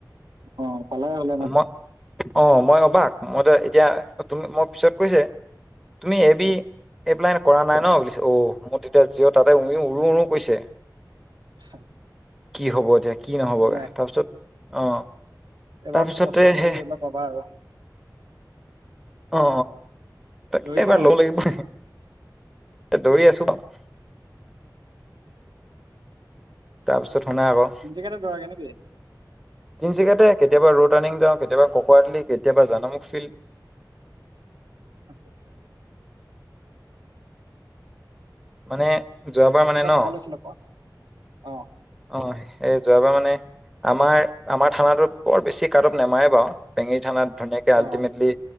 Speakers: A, on the right; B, in the centre.
A: <unintelligible>
B: মই অ মই অবাক, মইত এতিয়া তুমি, মই পিছত কৈছে তুমি এ বি
A: অ
B: এপ্লাই কৰা নাই ন বুলিছে? অ মোৰ তেতিয়া জিঅ তাতে উৰি, উৰো উৰো কৰিছে।
A: <unintelligible>
B: কি হ'ব এতিয়া! কি নহ'ব
A: একো
B: তাৰপিছত অ
A: এবাক
B: তাৰপিছতে
A: কষ্ট কৰি
B: সে
A: এইবাৰ পাবা আৰু।
B: অ তাকে,
A: দৌৰিছা
B: এবাৰ
A: নাই
B: ল'ব লাগিব।
A: এতিয়া
B: এ দৌৰি আছো বাও। তাৰপিছত শুনো ক!
A: তিনচুকীয়াতে যোৱাগে নেকি?
B: তিনিচুকীয়াতে, কেতিয়াবা ৰড ৰাৰ্নিং যাওঁ। কেতিয়াবা ককৰাতলি, কেতিয়াবা জানমুখ ফিল্ড।
A: আচ্ছা, আচ্ছা,
B: মানে, যোৱাবাৰ মানে
A: কিবা
B: ন
A: কব লৈছিলা কোৱা অ
B: অ সেই যোৱাবাৰ মানে আমাৰ আমাৰ থানাতোত বৰ বেছি কাটব নামাৰে বাৰু। পেঙেৰি থানাত ধুনীয়াকে আল্টিমেটলি
A: অ